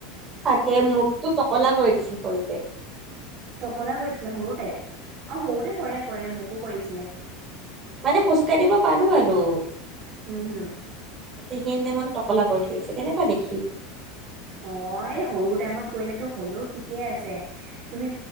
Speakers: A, on the right; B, on the right.
A: তাকে মোকতো টকলা কৰি দিছিল শৰুতে
B: টকলা কৰি দিছিলে সৰুতে অ সৰুতে কৰে কৰে মোকো কৰিছিলে
A: মানে খোজ কঢ়িব পাৰো আৰু
B: হম হম।
A: গোটেইখিনিয়ে মানে টকলা কৰি থৈছে কেনেৱা দেখি
B: অ এই সৰু টাইমত কৰিলেতো হ'লেও ঠিক ঠিকেই আছে। তুমি